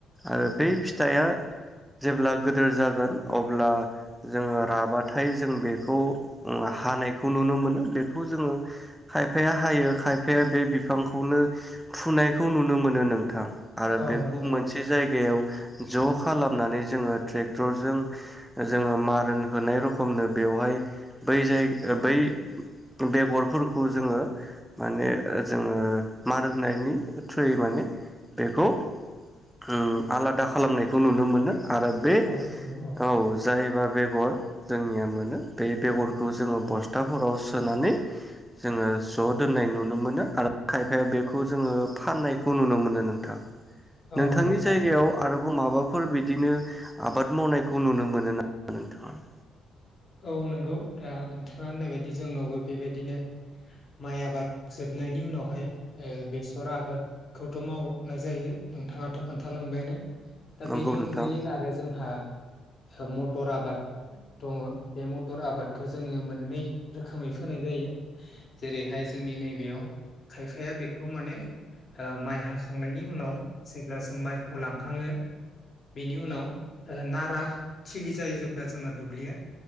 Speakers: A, in the centre; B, on the left.
A: आरो बै फिथाइया जेब्ला गोदोर जागोन अब्ला जोङो राबाथाय जों बेखौ ओ हानायखौ नुनो मोनो बेख खौ जोङो खायफाया हायो खायफाया बे बिफांख खौनो फुनायखौ नुनो मोनो नोंथां। आरो
B: औ
A: बेखौ
B: नंगौ
A: मोनसे जायगायाव ज' खालामनानै जोङो ट्रेक्टरजों जोङो मारोन होनाय रखमनो बेवहाय बै जाय बै बेगरफोरखौ जोङो माने ओ जोङो मार होनायनि ओ थ्रुयै माने बेखौ उम आलादा खालामनायखौ नुनो मोनो। आरो बे
B: औ नंगौ
A: औ जाय एबा बेगर जोंनिया मोनो बे बेगरखौ जोङो बस्थाफोराव सोनानै जोङो ज' दोननाय नुनो मोनो आरो खायफाया बेखौ जोङो फाननायखौ नुनो मोनो नोंथां।
B: औ
A: नोंथांनि
B: नंगौ
A: जायगायाव आरो गु माबाफोर बिदिनो आबाद मावनायखौ नुनो मोनो ना नोंथाङा?
B: औ नोंगौ दा नोंथ थ्रा होननाय बायदि जोंनावबो बेबायदिनो माइ आबाद जोबनायनि उनावहाय ओ बेसर आबादखौथ' मावनाय जायो नोंथाङाथ' खोन्थालांबायानो। दा
A: नंगौ
B: बेनि अनगायै
A: नोंथां
B: आरो जोंहा ओ मथ थर आबाद दङो। बे मटर आबादखौ जोङो मोननै रोखोमै फोनाय जायो जेरैहाय जोंनि नैबेयाव खायफाया बेखौ माने ओ माइ हाख खांनायनि उनाव जेब्ला जों माइ खौ लांखाङो बेनि उनाव ओ नारा थिलि जायो जेब्ला जोंना दुब्लिया।